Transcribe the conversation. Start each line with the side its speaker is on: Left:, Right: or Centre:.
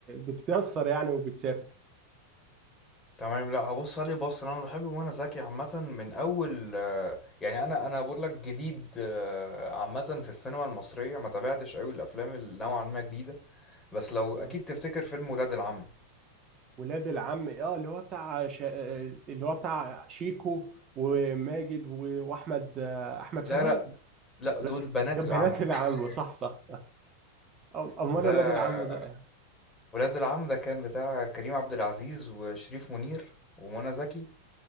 Right: بتتاثر يعني وبتسافر
Left: تمام لا هبص عليه بص انا بحب منى زكي عامة من اول آه، يعني انا انا بقول لك جديد آه، عامة في السينما المصرية ما تابعتش قوي الافلام اللي نوعا ما جديدة بس لو
Right: اه
Left: أكيد تفتكر فيلم ولاد العم
Right: ولاد العم اه اللي هو بتاع ش... آه، اللي هو بتاع شيكو وماجد و... واحمد آه، احمد
Left: لا
Right: فهمي
Left: اه لا لا دول
Right: ولاد-
Left: بنات
Right: ده بنات
Left: العم
Right: العم
Left: <laughs>
Right: صح صح أم- امال
Left: ده
Right: ولاد العم ده إيه؟
Left: ولاد العم ده كان بتاع كريم عبد العزيز وشريف منير ومنى زكي